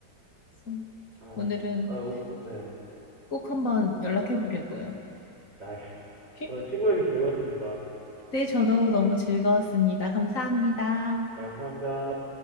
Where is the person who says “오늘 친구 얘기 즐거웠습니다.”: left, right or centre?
Right